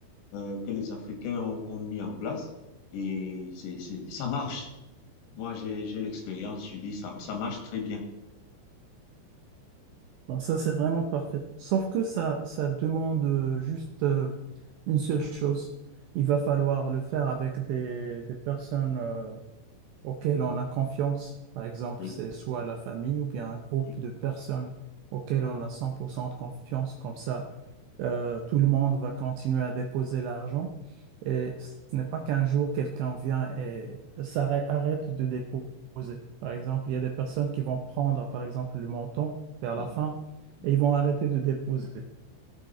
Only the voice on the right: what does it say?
Donc, ça, c'est vraiment parfait. Sauf que ça, ça demande euh, juste euh, une seule chose. Il va falloir le faire avec des, des personnes. euh, auquel on a confiance. Par exemple,
c'est soit la famille ou bien un groupe
de personnes auquel on a 100% de confiance. Comme ça, euh, tout le monde va continuer à déposer l'argent. Et ce n'est pas qu'un jour quelqu'un vient et s'arrête, arrête de déposer. Par exemple, il y a des personnes qui vont prendre, par exemple, le montant vers la
fin
et ils vont arrêter de déposer.